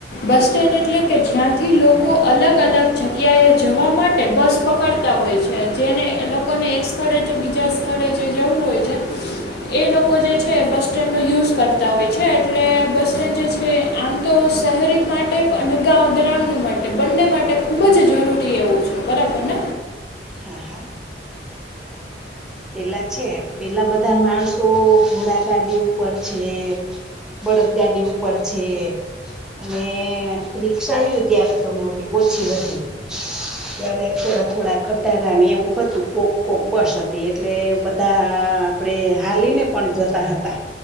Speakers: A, on the left; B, in the centre.
A: બસ સ્ટેન્ડ એટલે કે જ્યાંથી લોકો અલગ અલગ જગ્યાએ જવામાં માટે બસ પકડતા હોય છે, જેને લોકોને એક સ્થળે બીજા સ્થળે જે જવું હોય.
B: <unintelligible>
A: છે
B: <inaudible>
A: એ લોકો જે છે, બસ સ્ટેન્ડનો યુઝ કરતા હોય છે, એટલે બસ સ્ટેન્ડ જે છે, આમ તો શહેરી માટે અને ગ્રામ્ય માટે બંને માટે ખુબ જ જરૂરી એવું છે, બરાબર ને?
B: હા, હા. પેલા છે, પેલા બધા માણસો ઘોડા ગાડી ઉપર છે. બળદગાડી ઉપર છે, અને રિક્ષા આવું ત્યારે તો ન હોતી. ત્યારે થોડા થોડા ખટારાને એવું હતું કોક-કોક બસ હતી. એટલે બધા આપડે હાલીને પણ જતા હતા.